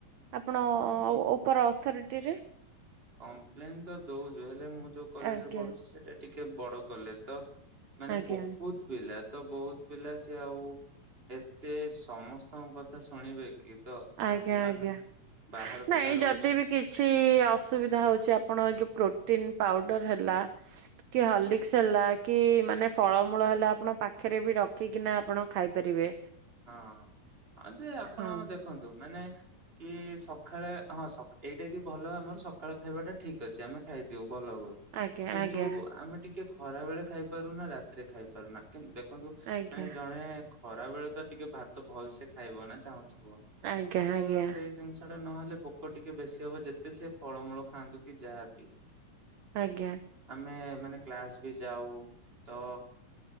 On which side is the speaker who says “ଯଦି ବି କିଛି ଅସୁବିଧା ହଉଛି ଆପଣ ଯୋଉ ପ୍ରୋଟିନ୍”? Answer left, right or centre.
Right